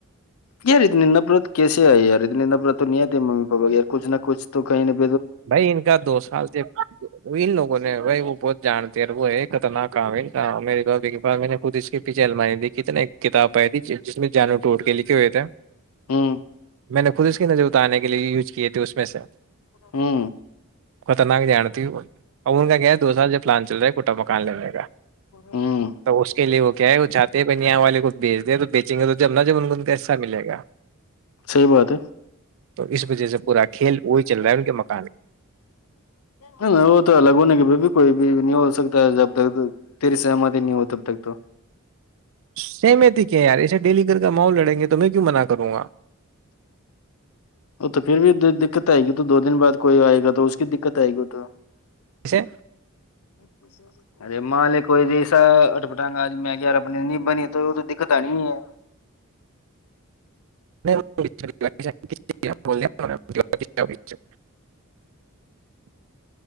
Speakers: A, on the left; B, on the right.
A: کیا ری نندپوت کی یار اتنےب تو نہیںیا مممی پاپا ی کچھ نہ کچھ تو کئی <unintelligible>
B: بھائی ان کا دو سال سے ان لوگوں <unintelligible> بھائی وہ بہت جانتے وہ خطرناک آام میے باا میں نے خود اس کے پیھے المائ دی ایک کتاب پائی تھی جس میں جانو ٹوٹ کے لکھے ہوئے تھے
A: ہوں
B: میں نے خود اس کی نظر اتارنے کے لیے یوز کیے تھے اس ویسے <unintelligible>
A: ہوں
B: خطرناک جانا ت ا ان کا کیا ہے دو سال جوب پلان چل رہا ہے کوٹا مکان لینے کا
A: ہوں
B: تو اس کے لیے وہ کیا ہے وہ چاہے ہیں کہ یہاں والے کو بیچ د تو بیچیں گے تو جب نہ جب ان کو ان کو حصہ ملے گا
A: صحیح بات
B: تو اس وجہ سے پورا کھیل وہی چل رہ ہے کہ <unintelligible>
A: وہ تو الگ ہونے کے بھی کوئی بھی نہیں ہو سکتا جب تری سمات نہیں ہوتاب تک تو
B: سمتی کیا ارس ڈلی <unintelligible> کا ماؤ لڑیں گے تو میں کیوں منع کروں گا
A: وہ تو پھر بھی دقت آئے گی تو دو دن بعد کوئی آئے گا تو اس کی دقت آئے گی تو <unintelligible>
B: اسے
A: ارے م لے کوئی دسا اٹپٹاگا آج میں ار اپنی نہیں بنی تو ا تو دقت آنی ہے
B: <unintelligible>